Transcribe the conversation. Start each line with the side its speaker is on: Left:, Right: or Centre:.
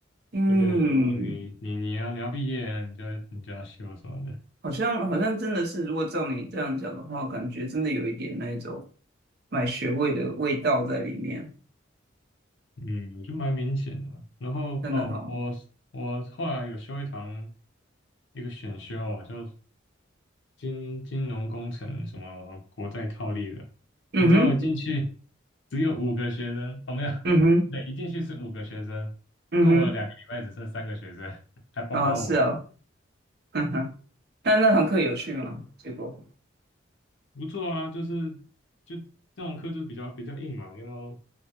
Right: 嗯，
Left: 就变成说啊你你你要你要毕业啊你就你就要修什么的。
Right: 好像好像真的是，如果照你这样讲的话，感觉真的有一点那一种买学位的味道在里面，
Left: 嗯，我觉得蛮明显的啊然后哦，
Right: 真的哈、
Left: 我我后来有修一堂一个选修就金金融工程什么国债套利的。
Right: 嗯哼，
Left: 你知道我进去只有五个学生，哦没有，
Right: 嗯哼，
Left: 对，一进去是五个学生，
Right: 嗯哼，
Left: 过了两个礼拜只剩三个学生，还包括我。
Right: 啊是啊、哦，哼哼，那那堂课有趣吗？结果，
Left: 不错啊，就是就这种课就是比较比较硬嘛，要